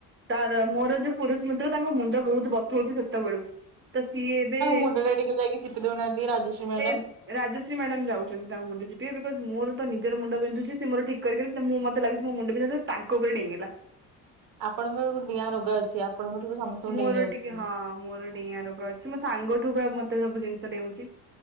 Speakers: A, on the right; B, on the right.
A: ତାର ମୋର ଯୋଉ ପୁରୁଷ ମିତ୍ର ତାଙ୍କ ମୁଣ୍ଡ ବହୁତ ବଥଉଚି ସେତେବେଳୁ। ତ ସିଏ ଏବେ
B: ମୁଣ୍ଡ ଟା ଟିକେ ଯାଇକି ଚିପି ଦଉନାହାନ୍ତି ରାଜଶ୍ରୀ ମ୍ୟାଡାମ
A: ସେ ରାଜଶ୍ରୀ ମ୍ୟାଡାମ ଯାଉଛନ୍ତି ତାଙ୍କ ମୁଣ୍ଡ ଚିପି ବାକୁ ଏବେ ମୋର ତ ନିଜର ମୁଣ୍ଡ ବିିନ୍ଧୁଛି ସେ ମୋର ଠିକ କରି ପାରୁନି ମୁଁ ମତେ ଲାଗୁଛି ମୋ ମୁଣ୍ଡ ବିନ୍ଧା ତାଙ୍କ ଉପରେ ଡେଇଁଗଲା।
B: ଆପଣଙ୍କର ଡିଆଁ ରୋଗ ଅଛି। ଆପଣଙ୍କଠୁ ସମସ୍ତଙ୍କୁ
A: ମୋର
B: ଡେଇଁ ଯାଉଛି
A: ଟିକେ
B: ସବୁ
A: ହଁ ମୋର ଡିଆଁ ରୋଗ ଅଛି ମୋ ସାଙ୍ଗ ଠୁ ବା ମତେ ସବୁ ଜିନିଷ ଡେଉଛି।